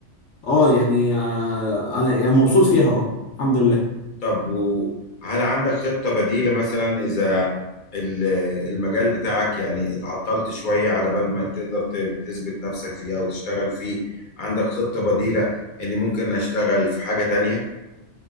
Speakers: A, on the left; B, on the left.
A: اه يعني آه، انا أنا مبسوط فيها اه الحمد لله
B: طب وهل عندك خطة بديلة مثلا إذا ال- المجال بتاعك يعني اتعطلت شوية على بال ما تقدر ت- تثبت نفسك فيه أو تشتغل فيه عندك خطة بديلة إني ممكن أشتغل في حاجة تانية